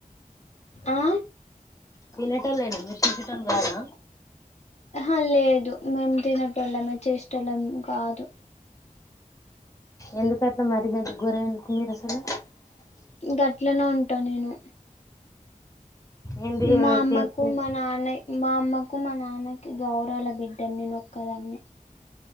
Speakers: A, on the left; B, on the left.
A: ఆ
B: తినేట్లోనే మీరు చేసేటోలుకదా
A: ఆ లేదు మేము తినేటోలమే చేస్తోలం కాదు
B: ఎందుకు అట్లా మరిగంత ఘరం ఎందుకు మీరు అసలు
A: ఇంకట్లనే ఉంటా నేను
B: ఏంది
A: మా అమ్మకు
B: తెప్పే
A: మా నన్నాయి మా అమ్మకు మా నాన్నకు గౌరాల బిడ్డను నేనుొక్కదాన్నే